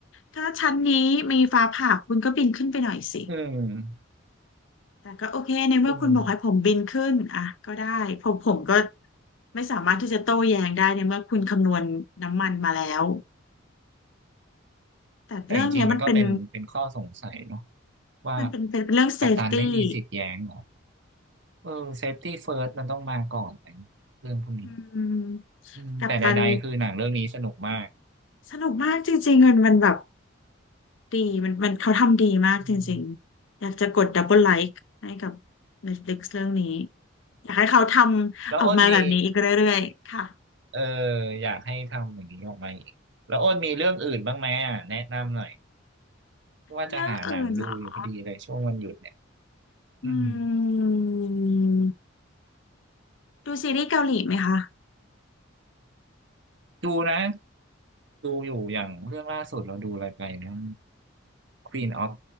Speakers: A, on the left; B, on the right.
A: ถ้าชั้นนี้มีฟ้าผ่าคุณก็บินขึ้นไปหน่อยสิ
B: เออ
A: แต่ก็โอเคในเมื่อคุณบอกให้ผมบินขึ้นอ่ะก็ได้ผมผมก็
B: คือมัน
A: ไม่สามารถที่จะโต้แย้งได้ในเมื่อคุณคำนวณน้ำมันมาแล้วแต่เรื่องเนี้ยมันเป็น
B: แต่จริงๆมันก็เป็นเป็นข้อสงสัยเนาะว่า
A: มันเป็นเป็นเป็นเรื่องเซฟตี้
B: กัปตันไม่มีสิทธิ์แย้งเหรอเออเซฟตี้เฟิร์สมันต้องมาก่อนอะไรเงี้ยเรื่องพวกนี้
A: อืม
B: อืมแต่ใดๆคือหนังเรื่องนี้สนุกมาก
A: กัปตันสนุกมากจริงๆมันมันแบบดีมันมันเขาทำดีมากจริงๆอยากจะกดดับเบิลไลค์ให้กับ
B: อืม
A: Netflix เรื่องนี้อยากให้เขาทำออกมาแบบนี้อีกเรื่อยๆค่ะ
B: แล้วอ้นมีเอออยากให้ทำอย่างนี้ออกมาอีกแล้วอ้นมีเรื่องอื่นบ้างไหมอ่ะแนะนำหน่อยว่าจะหาหนังดูอยู่พอดีเลยช่วงวันหยุด
A: เรื่องอื่นเหรออื
B: อืม
A: ม ดูซีรีส์เกาหลีไหมคะ
B: ดูนะดูอยู่อย่างเรื่องล่าสุดเราดูอะไรไปนะ Queen of